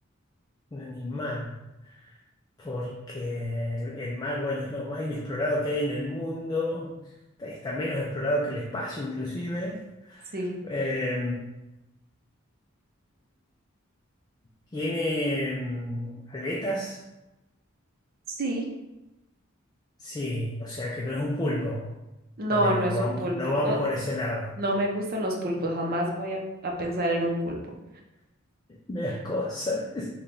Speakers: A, on the left; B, on the right.
A: un animal. porque el, el mar, bueno, es lo más inexplorado que hay en el mundo, está está menos explorado que el espacio inclusive.
B: Sí,
A: Eh, tiene mm, aletas,
B: sí.
A: sí, o sea que no es un pulpo.
B: No,
A: Ponele,
B: no
A: no
B: es
A: vamos,
B: un pulpo.
A: no van
B: Ah,
A: por ese lado.
B: no me gustan los pulpos. Jamás voy a, a pensar en un pulpo.
A: <laughs> Me das cosas.